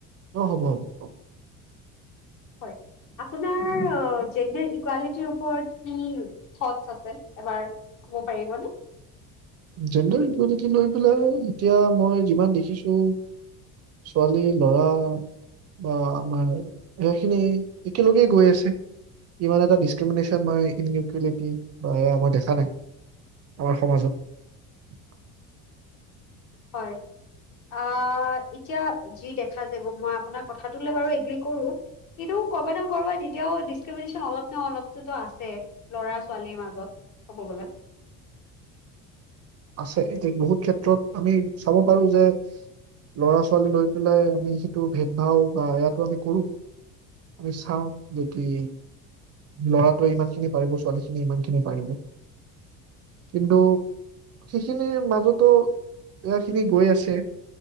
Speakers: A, on the right; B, on the left.
A: অ' হব- হব।
B: হ য় আপোনাৰ অ জেনেৰেল ইকুৱেলিটিৰ ওপৰত কি থথচ আছে এবাৰ কব পাৰিবনে?
A: জেণ্ডাৰ ইকুৱেলিটি লৈ পেলাই এতিয়া মই যিমান দেখিছো ছোৱালী লৰা বা আমাৰ এয়াখিনি একেলগেই গৈ আছে ইমান এটা ডিচক্ৰিমিনে্যন ম ইন ইকুৱেলিটি বা এয়া মই দেখা নাই আমাৰ সমাজত <inaudible>
B: হয় আ ' এতিয়া যি দেখা যাব মই আপোনাৰ কথাটোলৈ বাৰু এ গ্ৰী কৰোঁ এতিয়াও ডেছকৃমিনেচন অলপ নে অলপ টো আছে লৰা ছোৱালীৰ মাজত
A: আছে এতিযা বহুত ক্ষেত্ৰত আমি চাব পাৰো যে লৰা ছোৱালী লৈ পেলাই আমি সেইটো ভেদ ভাৱ বা এয়াটো আমি কৰো আমি চাওঁ যদি লৰাটোৱে ইমান খিনি পাৰিব ছোৱালী খিনি ইমান খিনি পাৰিব কিন্তু সেইখিনিৰ মাজতো এয়াখিনি গৈ আছে।